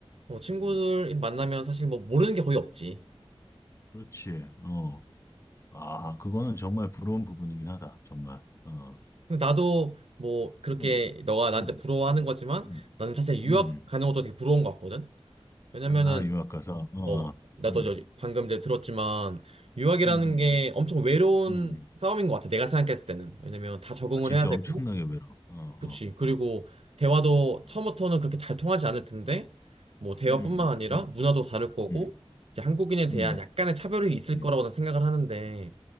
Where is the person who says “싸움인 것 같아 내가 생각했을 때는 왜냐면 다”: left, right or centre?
Right